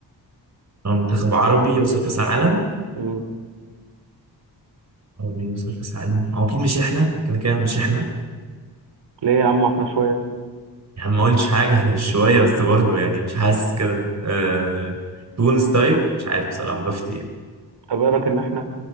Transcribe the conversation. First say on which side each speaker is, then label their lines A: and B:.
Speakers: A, on the right (about 40°); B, on the right (about 85°).
A: هو منتخب عربي يوصل كاس عالم
B: مم.
A: هو اللي يوصل كاس عالم هو اكيد مش احنا كده كده مش احنا
B: ليه يا عم احنا شويه
A: يعني ما قلتش حاجة احنا مش شوية بس برضه يعني مش حاسس كده أه... تونس طيب مش عارف بصراحة بفتي يعني
B: طب ايه رايك ان احنا